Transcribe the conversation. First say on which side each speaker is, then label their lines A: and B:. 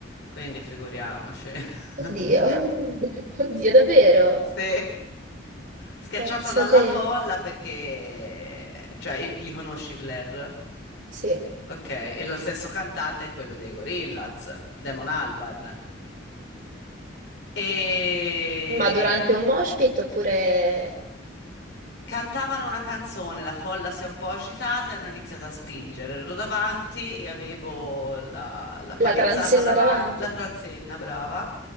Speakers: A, on the left; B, on the right.
A: quindi figuriamoci. <laughs>
B: Oddio, <laughs> oddio, davvero?
A: Sì. Schiacciata
B: Pensa
A: dalla
B: te.
A: folla perché... Cioè, li conosci i Blair?
B: Sì.
A: Ok, e lo stesso cantante è quello dei Gorillaz, Damon Albarn. E
B: Ma durante un mosh pit oppure
A: cantavano una canzone, la folla si è un po' agitata e hanno iniziato a spingere. Ero davanti e avevo la, la palizzata
B: la transenna
A: davanti,
B: davanti?
A: la transenna, brava,